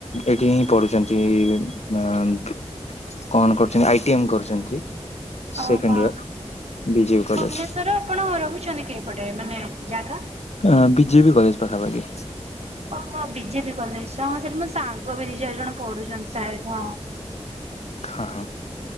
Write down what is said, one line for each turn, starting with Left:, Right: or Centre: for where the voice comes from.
Left: ଏଠି ହିଁ ପଢୁଛନ୍ତି ଟି ମନ୍ କଣ କରୁଛନ୍ତି ଆଇ ଟି ଏମ କରୁଛନ୍ତି?
Right: ଓହୋ।
Left: Second year? BJP college
Right: Bhubaneswar ଆପଣ ରହୁଛନ୍ତି କି ପଟେ ମାନେ ଜାଗା?
Left: ଅ ବି ଜେ ବିି କଲେଜ୍ ପାଖା ପାଖି।
Right: ଓ ବିଜେପି କଲେଜ ହଁ ସେଠି ମୋ ସାଙ୍ଗ ବି ଦି ଚାରି ଜଣ ପଢୁଚନ୍ତି ସାର୍ ହଁ
Left: ହଁ